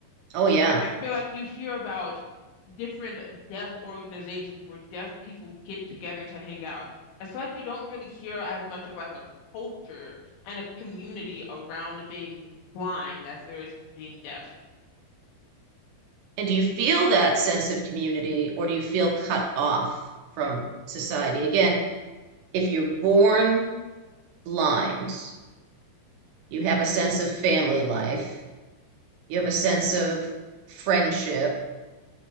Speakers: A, on the right; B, on the left.
A: Oh, yeah.
B: Like I feel like you hear about different deaf organizations where deaf people get together to hang out. I feel like you don't really hear as much of like a culture and a community around being blind as there is being deaf.
A: And do you feel that sense of community or do you feel cut off from society? Again, if you're born blind, you have a sense of family life, you have a sense of friendship,